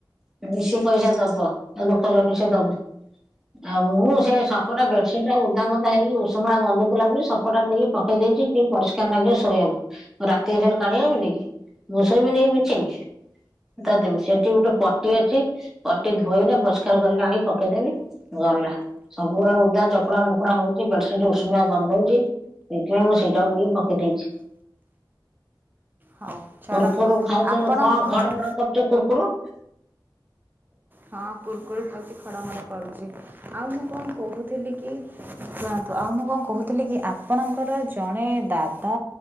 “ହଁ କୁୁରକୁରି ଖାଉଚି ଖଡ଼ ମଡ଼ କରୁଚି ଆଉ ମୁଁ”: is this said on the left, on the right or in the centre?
Right